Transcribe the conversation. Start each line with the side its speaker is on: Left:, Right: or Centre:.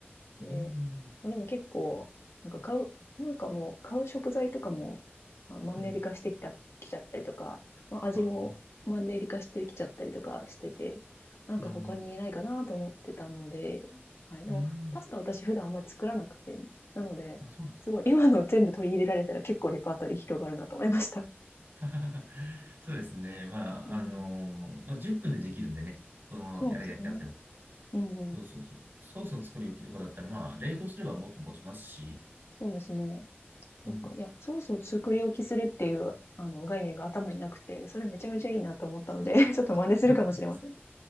Left: で、
Right: うんうん。
Left: まあ、でも結構、なんか買う、なんかもう買う食材とかも、まあ、マンネリ化してきた、
Right: うん。
Left: きちゃったりとか、まあ、味もマンネリ化してきちゃったりとかしてて、
Right: ああ。
Left: なんか他にないかなと思ってたので、
Right: うんうん。
Left: はい。でも、
Right: うん。
Left: パスタ私普段あんまり作らなくて、なので、
Right: あ、そうなんです。
Left: すごい今の全部取り入れられたら結構レパートリー広がるなと思いました。
Right: <laughs> そうですね。まあ、
Left: うん。
Right: あのーまあ、10分でできるんでね。その、
Left: そうですね。
Right: やれ、ややっても。
Left: うんうん。
Right: そうそうそう。ソースの作り置きとかだったら、まあ、冷凍すればもっと持ちますし。
Left: そうですね。
Right: うん。
Left: そうか。いや、ソースを作り置きするっていう、あの、概念が頭になくて、それめちゃめちゃいいなと思ったので、<laughs> ちょっと真似するかもしれません。
Right: <laughs> あ、そうですか